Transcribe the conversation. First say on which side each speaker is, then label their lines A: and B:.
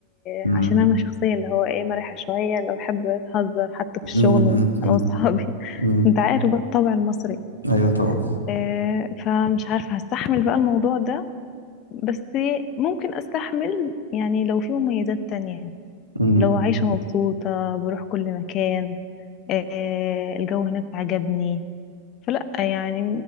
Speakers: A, on the left; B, on the left.
A: امم
B: آه، عشان أنا شخصية اللي هو إيه مرحة شوية اللي بحب أتهزر حتى في الشغل
A: امم امم
B: أنا وأصحابي <laughs>
A: امم
B: أنت عارف بقى الطبع المصري
A: أيوه طبعا
B: آه، فمش عارفة هستحمل بقى الموضوع ده بس ممكن استحمل يعني لو في مميزات تانية
A: امم
B: لو عايشة مبسوطة بروح كل مكان آه، الجو هناك عجبني فلا يعني